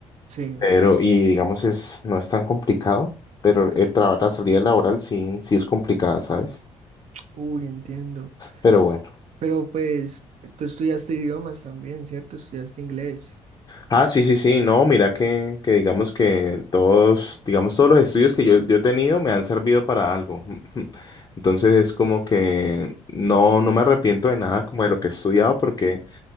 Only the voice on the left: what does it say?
Pero, y digamos, es, no es tan complicado, pero el traba- la salida laboral sí, sí es complicada, ¿sabes?
Pero bueno.
Ah, sí, sí, sí, no, mira que, que digamos que todos, digamos, todos los estudios que yo, yo he tenido me han servido para algo. <laughs> Entonces es como que no, no me arrepiento de nada como de lo que he estudiado porque